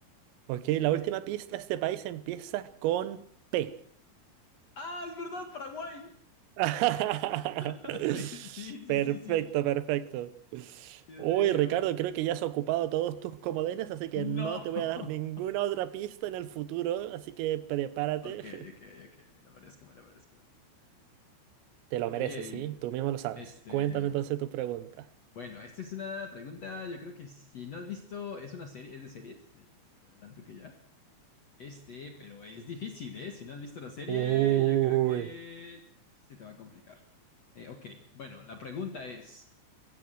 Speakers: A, on the right; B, on the left.
A: Ok,
B: Sé
A: la
B: que-
A: última pista, este país empieza con P.
B: ¡Ah, es verdad, Paraguay!
A: <laughs>
B: <laughs> Sí, sí, sí,
A: Perfecto,
B: sí, sí.
A: perfecto.
B: Dios
A: Uy,
B: mío.
A: Ricardo, creo que ya has ocupado todos tus comodines, así que
B: No.
A: no te voy a dar ninguna
B: <laughs>
A: otra pista en el futuro, así que prepárate.
B: Ok, ok,
A: <laughs>
B: ok, me lo merezco, me lo merezco.
A: Te lo
B: Ok.
A: mereces, ¿sí? Tú mismo lo sabes.
B: Este,
A: Cuéntame entonces tu pregunta.
B: bueno, esta es una pregunta, yo creo que si no has visto, es una serie, es de series, eh, te adelanto que ya. Este, pero es difícil, ¿eh? Si no has visto la serie,
A: Uy,
B: yo creo que sí se te va a complicar. Eh, ok, bueno, la pregunta es,